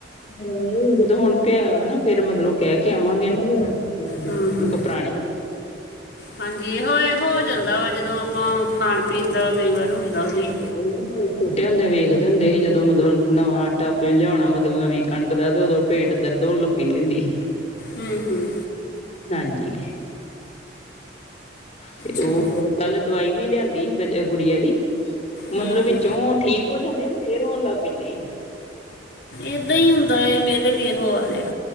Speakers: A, on the left; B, on the left.
A: ਹੁਣ ਨਹੀਂ, ਜਦੋਂ ਹੁਣ ਪਿਆਇ ਨਾ, ਫੇਰ ਮਤਲਬ ਕਹਿ ਕੇ ਆਵਾਂਗੇ ਨਾ ਵੀ ਬਦਲਾ ਦੀ,
B: ਹੂੰ
A: ਤੇ ਕਣਕ
B: ਹੂੰ
A: ਪੁਰਾਣੀ ਏ।।
B: ਹਾਂਜੀ ਇਹੋ, ਇਹੋ ਹੋ ਜਾਂਦਾ ਵਾ, ਜਦੋਂ ਆਪਾਂ ਖਾਣ ਪੀਣ ਦਾ ਕਈ ਵਾਰ ਹੁੰਦਾ ਵੀ
A: ਉਹੀ ਨਾ, ਛੋਟੇ ਹੁੰਦੇ ਵੇਖਦੇ ਹੁੰਦੇ ਸੀ, ਜਦੋਂ ਮਤਲਬ ਨਵਾਂ ਆਟਾ ਪੀ ਲਿਆ ਹੋਣਾ, ਮਤਲਬ ਨਵੀਂ ਕਣਕ ਦਾ ਤੇ ਉਦੋਂ ਪੇਟ ਦਰਦ, ਹੋਣ ਲੱਗ ਪੈਦੀ ਹੁੰਦੀ ਸੀ।
B: ਹੂੰ ਹੂੰ।
A: ਹਾਂਜੀ, ਤੇ
B: ਚਲੋ
A: ਉਹ ਫਿਰ ਕੱਲ, ਦਵਾਈ ਵੀ ਲਿਆਂਦੀ ਸੀ ਗੁੜੀਆਂ ਦੀ,
B: ਹੂੰ
A: ਮਤਲਬ
B: ਹੂੰ
A: ਵੀਚੋਂ ਠੀਕ ਥੋੜੀ ਹਟਦੀ, ਫੇਰ ਰੋਣ ਲੱਗ ਪੈਂਦੀ ਏ
B: ਏਦਾਂ ਹੀ ਹੁੰਦਾ ਹੈ, ਮੇਰੇ ਵੀ ਇਹੋ ਵਾਲੇ ਆ।